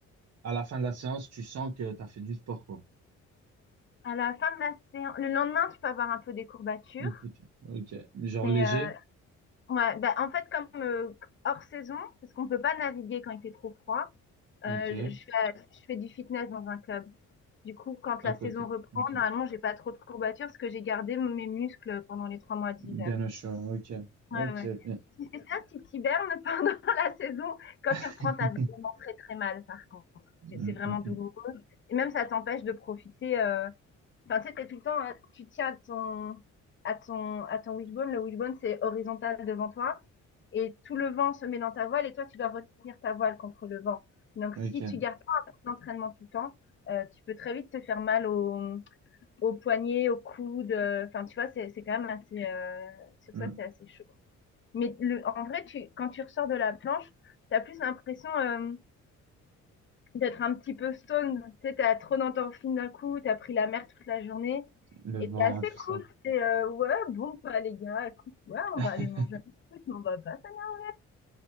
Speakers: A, on the right (about 60°); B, on the left (about 40°).
A: à la fin de la séance, tu sens que t'as fait du sport, quoi.
B: À la fin de la séance, le lendemain, tu peux avoir un peu des courbatures,
A: Ok. Ok. Genre
B: mais
A: léger?
B: euh, Ouais, bah, en fait, comme euh, hors saison, parce qu'on peut pas naviguer quand il fait trop froid, euh,
A: Ok.
B: je, je fais, je fais du fitness dans un club. Du coup, quand
A: À
B: la
A: côté.
B: saison reprend,
A: Ok.
B: normalement, j'ai pas trop de courbatures parce que j'ai gardé mes muscles pendant les trois mois d'hiver.
A: Bien au chaud. Ok. Ok.
B: Ouais, ouais.
A: bien.
B: Si c'est ça, si t'hibernes <laughs> pendant la saison, quand
A: <laughs>
B: tu reprends, t'as vraiment très très mal, par contre.
A: Mm,
B: C'est c'est vraiment
A: mm,
B: douloureux.
A: mm.
B: Et même, ça t'empêche de profiter, euh, Enfin, tu sais, t'es tout le temps, hein, tu tiens à ton, à ton, à ton wishbone. Le wishbone, c'est horizontal devant toi. Et tout le vent se met dans ta voile et toi, tu dois retenir ta voile contre le vent. Donc,
A: Ok.
B: si tu gardes pas un peu d'entraînement tout le temps, euh, tu peux très vite te faire mal au, au poignet, au coude. euh, Enfin, tu vois, c'est, c'est quand même assez, euh, sur
A: Mm.
B: ça, c'est assez chaud. Mais le, en vrai, tu, quand tu ressors de la planche, t'as plus l'impression, euh, d'être un petit peu stone. Tu sais, t'as trop dans ton film d'un coup, t'as pris la mer toute la journée.
A: Le
B: Et
A: vent,
B: t'es assez
A: hein, tout ça.
B: cool. C'est euh, ouais, bon, bah les gars, écoute, ouais,
A: <laughs>
B: on va aller manger un truc, mais on va pas. s'amuser.